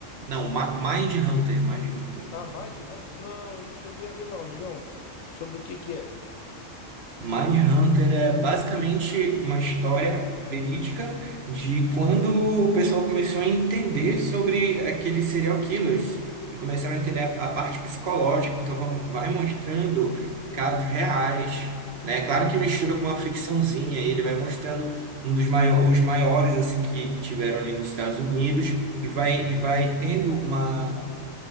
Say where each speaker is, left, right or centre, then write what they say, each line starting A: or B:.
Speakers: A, on the right (about 50°); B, on the left (about 75°).
A: Não, Mind Hunter, Mind Hunter.
B: Ah, Mind Hunter. Não, eu não cheguei a ver, não, amigão. Sobre o que que é?
A: Mindhunter é basicamente uma história verídica de quando o pessoal começou a entender sobre aqueles serial killers e começaram a entender a, a parte psicológica. Então, vamos, vai mostrando casos reais, né? Claro que mistura com uma ficçãozinha, e ele vai mostrando um dos maiores, os maiores assim que, que tiveram ali nos Estados Unidos e vai, e vai tendo uma,